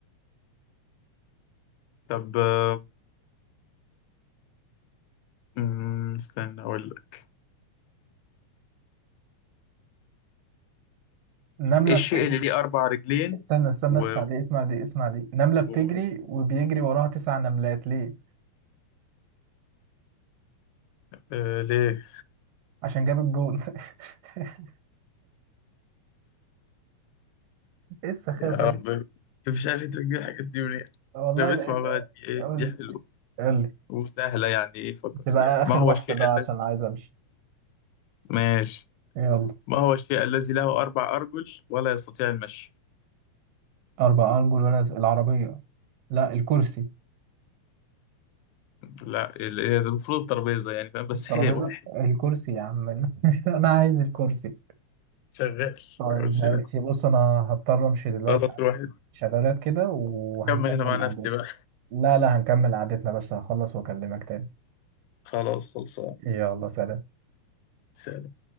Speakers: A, on the left; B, on the right.
A: طب آه، أمم، استنى اقول لك
B: نملة
A: ايه الشيء
B: بتجري
A: اللي ليه اربع رجلين
B: استنى استنى
A: و...
B: اسمع دي اسمع دي اسمع دي نملة بتجري
A: و...
B: وبيجري وراها تسع نملات ليه؟
A: آه ليه
B: عشان جاب الجون <laughs> ايه السخافة
A: يا رب
B: دي
A: مش عارف تجيب الحاجات دي منين
B: والله
A: طب اسمع
B: لقيت
A: بقى دي ايه
B: قول
A: دي حلوة
B: قول لي
A: وسهلة يعني إيه فكر
B: تبقى
A: فيها
B: آخر
A: ما هو
B: واحدة
A: الشيء
B: بقى عشان
A: الذي
B: عايز أمشي
A: ماشي
B: يلا
A: ما هو الشيء الذي له أربع أرجل ولا يستطيع المشي
B: أربع أرجل ولا س- العربية لا الكرسي
A: لا ال- هي المفروض الترابيزة يعني فاهم بس
B: الترابيزة
A: هي واحد
B: الكرسي يا عم <laughs> أنا عايز الكرسي
A: شغال
B: طيب
A: ما يقولش
B: ماشي
A: لا
B: بص انا هضطر امشي دلوقتي
A: خلاص
B: عندي
A: الواحد
B: شغالات كده وهنكمل
A: كمل أنا مع نفسي
B: قعدتنا
A: بقى
B: لا لا هنكمل قعدتنا بس هخلص واكلمك تاني
A: خلاص خلصان
B: يلا سلام
A: سلام